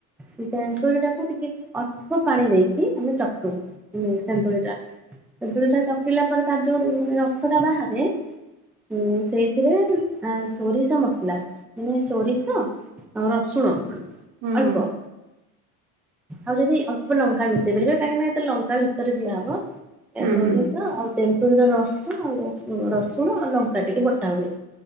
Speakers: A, in the centre; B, on the right (about 65°).
A: ସେ ତେନ୍ତୁଳି ଟାକୁ ଟିକେ ଅଳ୍ପ ପାଣି ଦେଇକି ଆମେ ଚକୁଟୁ। ତେନ୍ତୁଳି ଟା, ତେନ୍ତୁଳି ଟା ଚକଟିଲା ପରେ ତାର ଯୋଉ ରସ ଟା ବାହାରେ ଉଁ ସେଇଥିରେ ସୋରିଷ ମସଲା। ମାନେ ସୋରିଷ ଆଉ ରସୁଣ
B: ହୁଁ ହୁଁ
A: ଅଳ୍ପ। ଆଉ ଯଦି ଅଳ୍ପ ଲଙ୍କା ମିଶେଇ ପାରିବେ କାହିଁକି ନା ଏତେ ଲଙ୍କା ଭିତରେ ଦିଆହବ। ସୋରିଷ
B: ହୁଁ ହୁଁ
A: ଆଉ ତେନ୍ତୁଳି ର ରସ, ଆଉ ରସୁଣ, ଆଉ ଲଙ୍କା ଟିକେ ବଟା ହୁଏ।